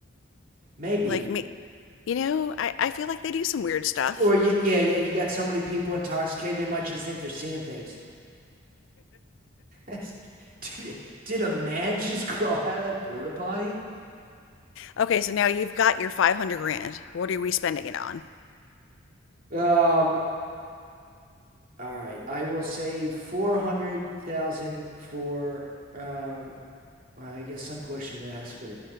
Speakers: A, on the right (about 45°); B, on the left (about 70°).
A: Maybe.
B: Like me, you know, I, I feel like they do some weird stuff.
A: Or you,
B: <laughs>
A: yeah, and you got so many people intoxicated, they might just think they're seeing things. <laughs> did, did a man <laughs> just crawl out of that porta potty?
B: Okay, so now you've got your 500 grand. What are we spending it on?
A: Um. All right, I will say four hundred thousand dollars for. Um. Well, I guess some portion of that has to go to